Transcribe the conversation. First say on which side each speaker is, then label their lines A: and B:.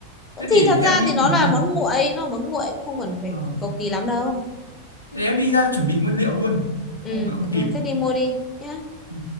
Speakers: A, on the left; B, on the left.
A: thế để
B: thì thật
A: em
B: ra
A: đi
B: thì nó
A: chuẩn
B: là
A: bị
B: món nguội nó là món nguội không cần phải
A: Ờ,
B: cầu kỳ lắm đâu
A: để em đi ra chuẩn bị nguyên liệu luôn
B: ừ,
A: không phải không
B: ừ
A: kịp
B: thế đi mua đi nhá
A: Ừ.